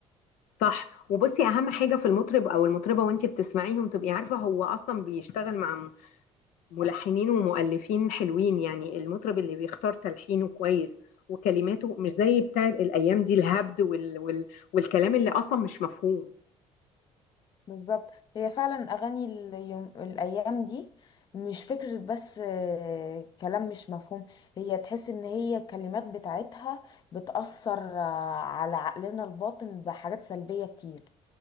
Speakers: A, on the left (about 80°); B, on the left (about 35°).
A: صح وبصي اهم حاجه في المطرب او المطربه وانتي بتسمعيهم تبقي عارفه هو اصلا بيشتغل مع م- ملحنين ومؤلفين حلوين يعني المطرب اللي بيختار تلحينه كويس وكلماته مش زي بتاعت الايام دي الهبد وال... وال... والكلام اللي اصلا مش مفهوم
B: بالظبط هي فعلا اغاني اليوم الايام دي مش فكرة بس آه، كلام مش مفهوم هي تحس ان هي الكلمات بتاعتها بتأثر آه، على عقلنا الباطن بحاجات سلبية كتير